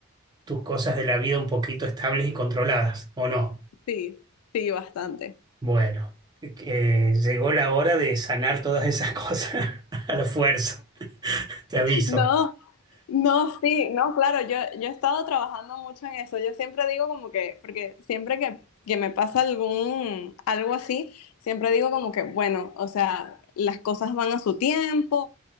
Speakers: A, on the right; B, on the left.
A: tus cosas de la vida un poquito estables y controladas, ¿o no?
B: Sí, sí, bastante.
A: Bueno, eh, llegó la hora de sanar todas esas <laughs> cosas a la fuerza, te aviso.
B: No, no, sí, no, claro, yo, yo he estado trabajando mucho en eso. Yo siempre digo como que, porque siempre que, que me pasa algún, algo así, siempre digo como que, bueno, o sea, las cosas van a su tiempo,